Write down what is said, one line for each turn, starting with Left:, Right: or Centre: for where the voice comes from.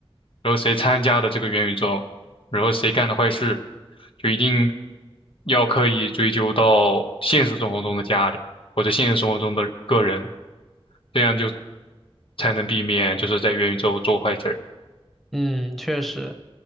Left: 然后谁参加的这个元宇宙，然后谁干的坏事，就一定要刻意追究到现实生活中的家里或者现实生活中的个人，这样就才能避免就是在元宇宙做坏事儿
Centre: 嗯，确实。